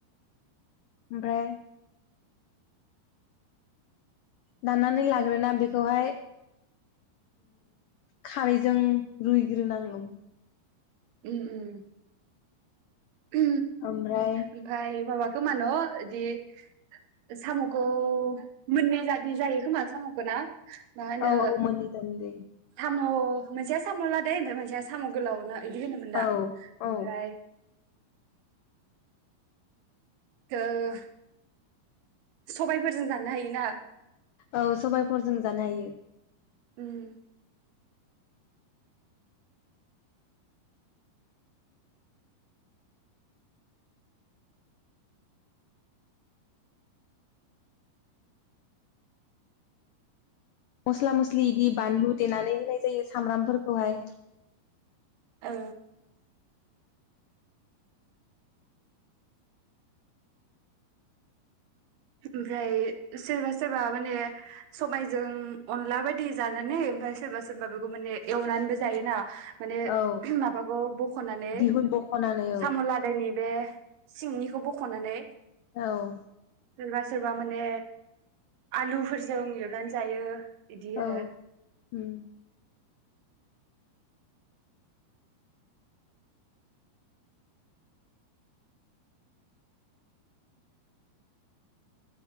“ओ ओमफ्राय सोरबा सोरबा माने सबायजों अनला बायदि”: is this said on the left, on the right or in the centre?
Right